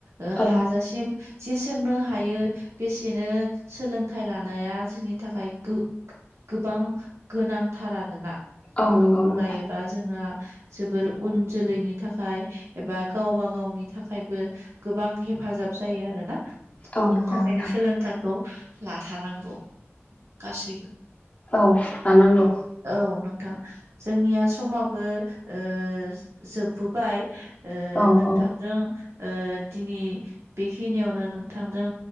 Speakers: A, on the right; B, on the left.
A: ओ
B: औ
A: हाजासिम जेसोंनो हायो बेसेनो सोलोंथाइ लानाया जोंनि थाखाय गो गोबां गोनांथार आरोना
B: औ नंगौ
A: बेखौ
B: नोंथां
A: लायोबा जोङो जोबोर उन जोलैनि थाखाय एबा गावबा गावनि थाखायबो गोबां हेफा हेफाजाब जायो आरो ना। बिनि
B: औ नंगौ
A: थाखायनो
B: नोंथां
A: सोलोंथाइखौ लाथारनांगौ गासैबो
B: औ लानांगौ
A: औ नोंगौ जोंनिया समाबो ओ जोबबोबाय ओ
B: औ
A: नोंथांजों
B: औ
A: औ दिनै बेखिनियावनो नोंथांजों